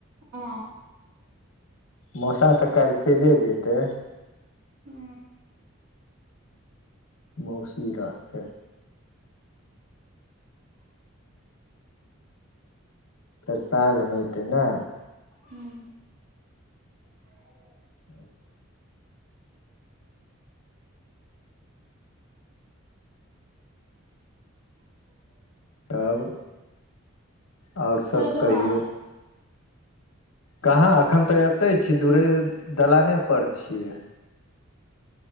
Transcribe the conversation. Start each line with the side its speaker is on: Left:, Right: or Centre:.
Right: आ
Left: मौसा तऽ काल्हि चइले जतै
Right: हू
Left: मौसी रहतै
Right: <inaudible>
Left: फेर साँझमे अतै ने
Right: हू <unintelligible>
Left: आहिरो
Right: <inaudible>
Left: तब और सब
Right: खैलौं
Left: कहियौ
Right: आर
Left: कहाँ अखन तऽ एतै छी दुरे दलाने पर छियै